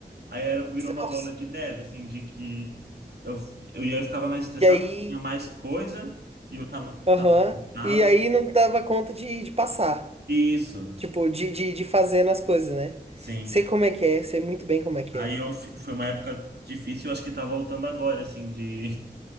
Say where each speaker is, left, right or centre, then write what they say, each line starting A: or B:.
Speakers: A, on the right; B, on the right.
A: Aí era, virou uma
B: Nossa.
A: bola de neve, assim, de que eu, eu, e aí eu ficava mais estressado,
B: E aí,
A: tinha mais coisa, e eu tava,
B: aham.
A: tava cansado.
B: E aí não dava conta de, de passar.
A: Isso,
B: Tipo, de, de, de fazendo as coisas, né?
A: sim.
B: Sei como é que é, sei muito bem como é que
A: Aí
B: é.
A: eu, fi- foi uma época difícil, eu acho que tá voltando agora, assim, de.